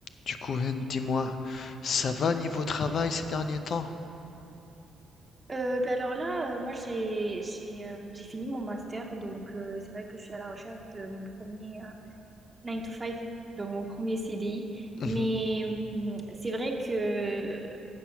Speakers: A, on the left; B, on the right.
A: Du coup, Hen, dis-moi, ça va niveau travail ces derniers temps?
B: Euh, ben alors là, euh, moi j'ai j'ai euh, j'ai fini mon master, donc euh, c'est vrai que je suis à la recherche de mon premier euh, 9 to five donc mon premier CDI.
A: Mhm.
B: Mais hum, c'est vrai que